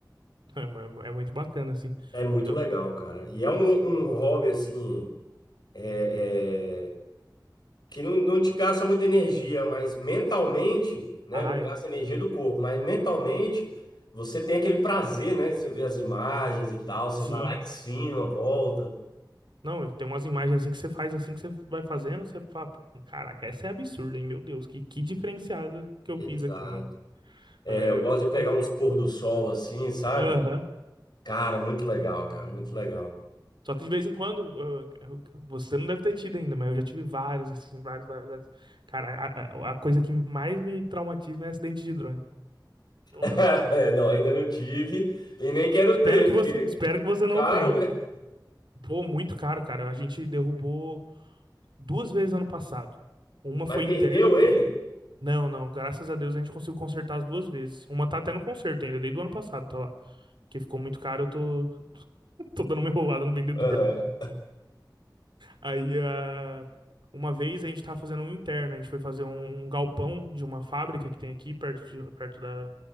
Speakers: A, on the right; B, on the left.
A: <laughs> É, mu- é muito bacana, assim.
B: É muito
A: Eu-
B: legal, cara. E é um, um hobby, assim, é, é, que não, não te gasta muita energia, mas mentalmente, né?
A: ah,
B: Não gasta
A: é
B: energia do corpo, mas mentalmente você tem aquele prazer, né? Você vê as imagens e tal, você
A: Sim.
B: vai lá em cima, volta.
A: Não, tem umas imagens assim que você faz assim que você vai fazendo, você fala, "Pô, caraca, essa é absurda, hein? Meu Deus, que, que diferenciada que eu
B: Exato.
A: fiz aqui, né?
B: É,
A: É
B: eu
A: é
B: gosto
A: muito
B: de
A: bom.
B: pegar uns pôr do sol assim, sabe?
A: Aham.
B: Cara, muito legal, cara, muito legal.
A: Só que de vez em quando, ah, eu- você não deve ter tido ainda, mas eu já tive vários, assim, vários, vários, vários. Cara, a, a- a coisa que mais me traumatiza é acidente de drone.
B: <laughs>
A: Nossa, cara.
B: É, não, ainda não tive e nem quero
A: Espero
B: ter,
A: que
B: porque
A: você,
B: é
A: espero que você não
B: caro,
A: tenha.
B: né?
A: Pô, muito caro, cara. A gente derrubou duas vezes ano passado. Uma foi
B: Mas perdeu
A: interna,
B: ele?
A: Não, não, graças a Deus a gente conseguiu consertar as duas vezes. Uma tá até no conserto ainda, desde o ano passado, tá lá. Porque ficou muito caro, eu tô, <laughs> tô dando uma enrolada no vendedor.
B: Aham,
A: Aí, ah, uma vez a gente tava fazendo um interno, a gente foi fazer um um galpão de uma fábrica que tem aqui, perto, de- perto da,